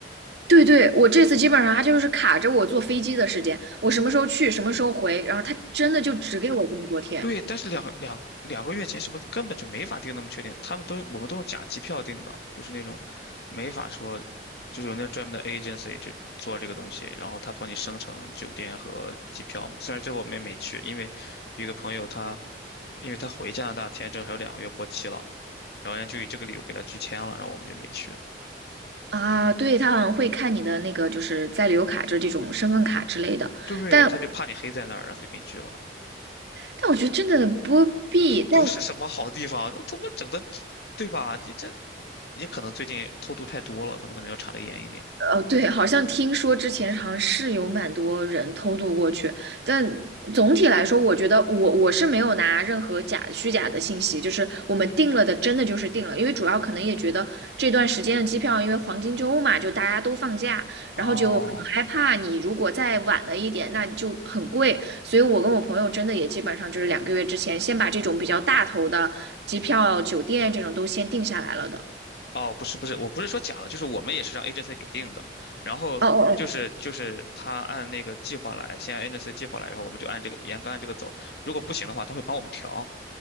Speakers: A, on the right (about 75°); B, on the left (about 65°).
A: 对对，我这次基本上它就是卡着我坐飞机的时间，我什么时候去，什么时候回，然后它真的就只给我这么多天。
B: 对，但是两两两个月前什么根本就没法定那么确定，他们都我们都用假机票定的，就是那种没法说，就是有那专门的 agency 就做这个东西，然后他帮你生成酒店和机票嘛。虽然最后我们也没去，因为有一个朋友他，因为他回加拿大签证还有两个月过期了，然后人家就以这个理由给他拒签了，然后我们就没去。
A: 啊，对，他好像会看你的那个，就是在留卡，就是这种身份卡之类的。
B: 对，
A: 但
B: 他就怕你黑在那儿，然后他就给你拒了。
A: 但我觉得真的不必，但
B: 不是什么好地方，怎么整的，对吧？你这也可能最近偷渡太多了，他们可能要查得严一点。
A: 哦，对，好像听说之前好像是有蛮多人偷渡过去，但总体来说，我觉得我我是没有拿任何假虚假的信息，就是我们定了的，真的就是定了，因为主要可能也觉得这段时间的机票，因为黄金周嘛，就大家都放假，
B: 哦
A: 然后就很害怕你如果再晚了一点，那就很贵，所以我跟我朋友真的也基本上就是两个月之前先把这种比较大头的机票、酒店这种都先定下来了的。
B: 哦，不是不是，我不是说假的，就是我们也是让 agency 给定的，然后就是就是他按那个计划来，
A: 哦哦哦，
B: 先按 agency 计划来，然后我们就按这个严格按这个走，如果不行的话，他会帮我们调，